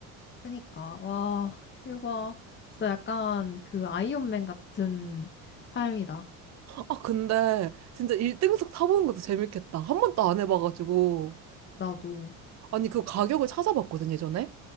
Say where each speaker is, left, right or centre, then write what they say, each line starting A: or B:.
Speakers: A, on the left (about 30°); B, on the right (about 45°).
A: 그니까, 와, 대박. 진짜 약간 그 아이언맨 같은 삶이다.
B: 아 근데 진짜 1등석 타보는 것도 재밌겠다. 한 번도 안 해봐가지고
A: 나도.
B: 아니 그 가격을 찾아봤거든 예전에.